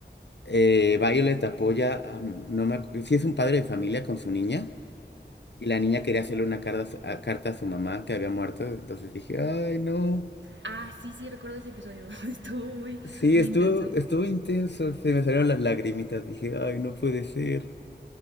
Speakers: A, on the left; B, on the right.
A: eh, Violet apoya, a- no me acu- sí es un padre de familia con su niña, y la niña quería hacerle una carta a su a- carta a su mamá que había muerto, entonces dije, ay, no.
B: Ah, sí, sí, recuerdo ese episodio. <laughs> Estuvo muy,
A: Sí,
B: muy
A: estuvo,
B: intenso.
A: estuvo intenso, se me salieron las lagrimitas, dije, ay, no puede ser.